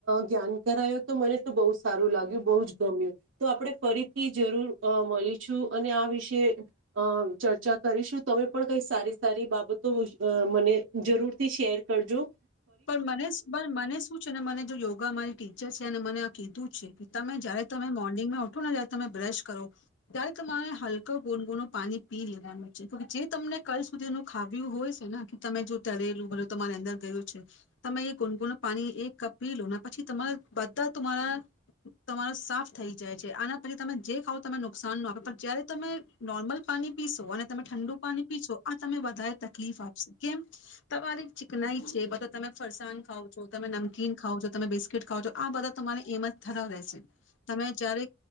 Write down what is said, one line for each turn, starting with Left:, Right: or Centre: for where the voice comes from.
Right: ધ્્યાન કરાયો તો મને તો બહુ સારું લાગ્યું બહુ જ ગમ્યું તો આપણે ફરી થી જરૂર મળી જો અને આ વિશે અ ચર્ચા કરીશું તમે પણ કઈ સારી સારી બાબતો અ મને જરૂર થી શેર કરજો
Left: પણ મને મને શું છે ને મને જો યોગા મારી ટીચર છે ને મને આ કીધું છે કે તમે જયારે તમે મોર્નિંગમાં ઉઠો ને જયારે તમે બ્રશ કરો ત્યારે તમારે હલક ગોનગોનું પાણી પી લેવાનું છે જે તમને કાલ સુધીનું ખાવ્યું હોય છે ને કે તમે જો તરેલું ભલો તમારી અંદર ગયું છે તમે એ ગુનગુનુ પાણી એક કપ પી લો પછી તમારા બધા તમારા તમારો સાફ થઈ જાય છે આના પછી તમે જે ખાવ તને નુકસાન ન આપ પણ જયારે તમે નોર્મલ પાણી પીશો અને તમે ઠંડુ પાણી પીશો આ તમે વધારે તકલીફ આપશ કેમ તમારી ચીકનાઈ છે તમે ફરસાણ ખાવ છો તમે નમકીન ખાવ છો તમે બિસ્કીટ ખાવઓ છો આ બધા તમારે એમ થતા રહેેશે તમે જ્યારે